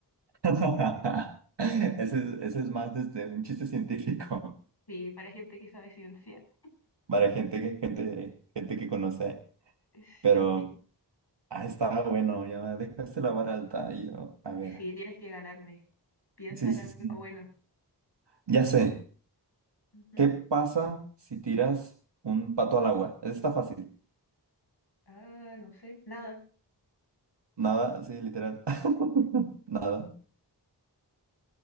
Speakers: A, on the right; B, on the left.
A: <laughs> Ese es, ese es más este, un chiste científico
B: Sí, para gente que sabe ciencia.
A: <laughs> para gente que, gente, gente que conoce.
B: <laughs>
A: Pero,
B: Sí,
A: ah, está bueno, ya dejaste la vara alta. Y yo, a ver.
B: sí, tienes que ganarme. Piensa
A: Sí,
B: en
A: sí,
B: alguno
A: sí.
B: bueno.
A: Ya sé,
B: Ujú.
A: ¿qué pasa si tiras un pato al agua? Eso está fácil.
B: Ah, no sé, nada.
A: Nada, sí, literal. <laughs> Nada.